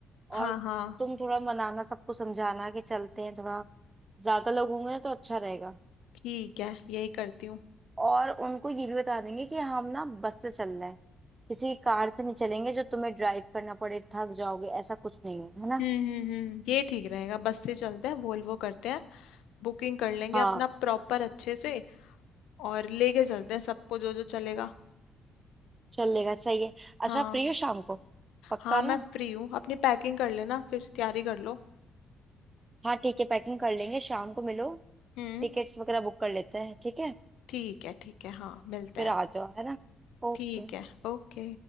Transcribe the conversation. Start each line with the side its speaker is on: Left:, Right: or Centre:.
Left: हाँ
Right: और
Left: हाँ
Right: तुम थोड़ा मनाना सबको समझाना कि चलते हैं थोड़ा ज्यादा लोग होंगे ना तो अच्छा रहेगा
Left: ठीक है यही करती हूँ
Right: और उनको ये भी बता देंगे कि हम ना बस से चल रहे हैं किसी कार से नहीं चलेंगे जो तुम्हें ड्राइव करना पड़े थक जाओगे ऐसा कुछ नहीं है है ना
Left: हम्म हम्म हम्म ये ठीक रहेगा बस से चलते हैं वोल्वो करते हैं बुकिंग कर लेंगे
Right: हाँ
Left: अपना प्रॉपर अच्छे से और लेके चलते हैं सबको जो जो चलेगा
Right: चलेगा सही है अच्छा
Left: हाँ
Right: फ्री हो शाम को पक्का
Left: हाँ मैं
Right: ना
Left: फ्री हूँ अपनी पैकिंग कर लेना फिर तैयारी कर लो
Right: हाँ ठीक है पैकिंग कर लेंगे शाम को मिलो
Left: हम्म
Right: टिकट्स वगैरह बुक कर लेते हैं ठीक है
Left: ठीक है ठीक है हाँ मिलते
Right: फिर
Left: हैं
Right: आ जाओ है ना ओके
Left: ठीक है ओके